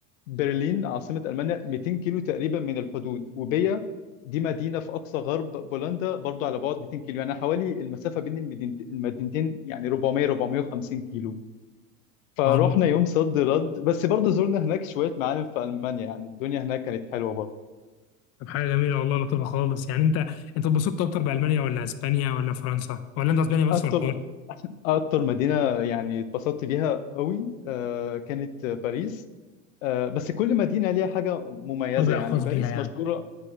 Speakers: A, on the left; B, on the left.
A: برلين عاصمه المانيا 200 كيلو تقريبا من الحدود وبيا دي مدينه في اقصى غرب بولندا برضو على بعد 200 كيلو يعني حوالي المسافه بين المدينت- المدينتين يعني 400 450 كيلو فروحنا
B: آه.
A: يوم صد رد بس برضو زرنا هناك شويه معالم في المانيا يعني الدنيا هناك كانت حلوه برضو
B: طب حاجه جميله والله لطيفه خالص يعني انت انت اتبسطت اكتر بالمانيا ولا اسبانيا ولا فرنسا ولا انت اسبانيا بس
A: اكتر
B: ولا فرنسا؟
A: اكتر مدينه يعني اتبسطت بيها قوي آه، كانت باريس آه، بس كل مدينه ليها حاجه مميزه
B: طابع
A: يعني
B: خاص
A: باريس
B: بيها يعني
A: مشهوره